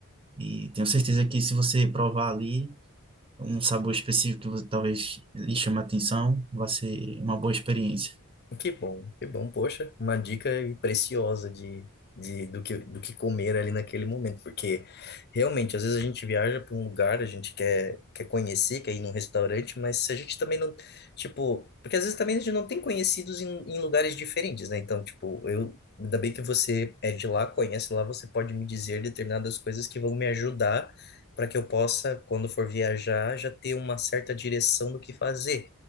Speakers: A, on the right; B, on the left.
A: E tenho certeza que se você provar ali um sabor específico que você talvez lhe chame a atenção, vai ser uma boa experiência.
B: Que bom, que bom. Poxa, uma dica preciosa de, de, do que, do que comer ali naquele momento, porque realmente, às vezes a gente viaja para um lugar, a gente quer, quer conhecer, quer ir num restaurante, mas se a gente também não, tipo, porque às vezes também a gente não tem conhecidos em, em lugares diferentes, né? Então, tipo, eu, ainda bem que você é de lá, conhece lá, você pode me dizer determinadas coisas que vão me ajudar para que eu possa, quando for viajar, já ter uma certa direção do que fazer.